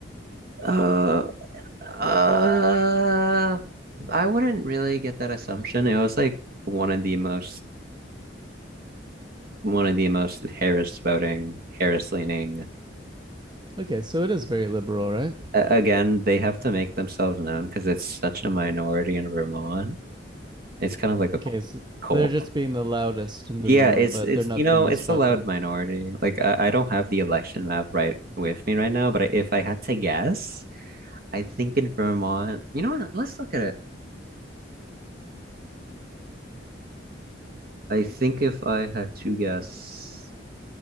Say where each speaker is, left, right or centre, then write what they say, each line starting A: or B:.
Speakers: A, on the right; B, on the right.
A: Uh, uh, I wouldn't really get that assumption. It was like one of the most, one of the most Harris voting, Harris leaning.
B: Okay, so it is very liberal, right?
A: A- again, they have to make themselves known because it's such a minority in Vermont. It's kind of like a
B: Okay,
A: c-
B: so
A: cult.
B: they're just being the loudest in
A: Yeah,
B: the room,
A: it's
B: but
A: it's
B: they're not
A: you know
B: the most
A: it's
B: popular.
A: a loud minority. Like I, I don't have the election map right with me right now, but I, if I had to guess, I think in Vermont, you know what? Let's look at it. I think if I had to guess,